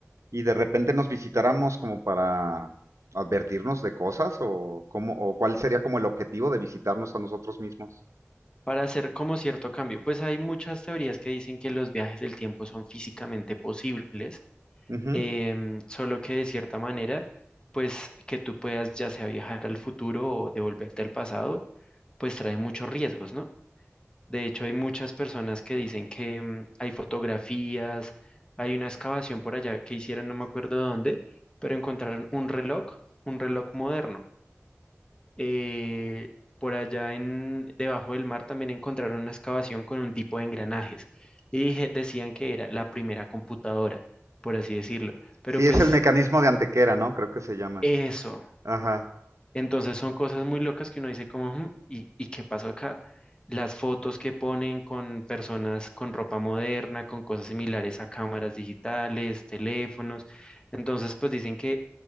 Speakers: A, on the right; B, on the left.
A: y de repente nos visitáramos como para advertirnos de cosas o cómo, o cuál sería como el objetivo de visitarnos a nosotros mismos.
B: para hacer como cierto cambio. Pues hay muchas teorías que dicen que los viajes del tiempo son físicamente posibles,
A: Ujú.
B: em, solo que de cierta manera, pues que tú puedas ya sea viajar al futuro o devolverte al pasado, pues trae muchos riesgos, ¿no? De hecho, hay muchas personas que dicen que mm, hay fotografías, hay una excavación por allá que hicieron, no me acuerdo dónde, pero encontraron un reloj, un reloj moderno eh, por allá en, debajo del mar también encontraron una excavación con un tipo de engranajes y dije- decían que era la primera computadora, por así decirlo. Pero
A: Sí,
B: pues
A: es el mecanismo de Antequera, ¿no? Creo que se llama.
B: eso,
A: Ajá.
B: entonces son cosas muy locas que uno dice como, "Ujú, ¿y, y qué pasó acá? Las fotos que ponen con personas con ropa moderna, con cosas similares a cámaras digitales, teléfonos. Entonces pues dicen que